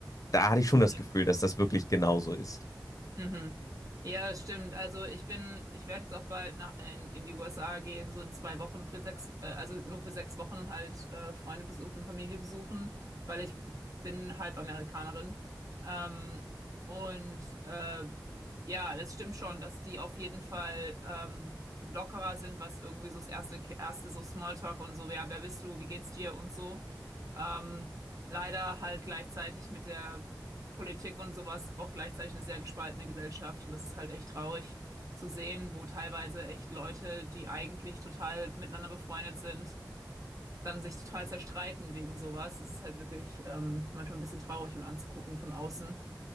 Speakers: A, on the left; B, on the right.
A: Da hatte ich schon
B: Ja.
A: das Gefühl, dass das wirklich genauso ist.
B: Mhm. Ja, das stimmt. Also ich bin, ich werde jetzt auch bald nach in, in die USA gehen, so in zwei Wochen für sechs, äh, also nur für sechs Wochen halt äh, Freunde besuchen, Familie besuchen, weil ich bin halb Amerikanerin. Ähm, und äh, ja, das stimmt schon, dass die auf jeden Fall ähm, lockerer sind, was irgendwie so das erste, erste so Smalltalk und so, ja, wer bist du, wie geht's dir und so. Ähm, leider halt gleichzeitig mit der Politik und sowas auch gleichzeitig eine sehr gespaltene Gesellschaft. Und das ist halt echt traurig zu sehen, wo teilweise echt Leute, die eigentlich total miteinander befreundet sind, dann sich total zerstreiten wegen sowas. Es ist halt wirklich ähm, manchmal ein bisschen traurig, mir anzugucken von außen.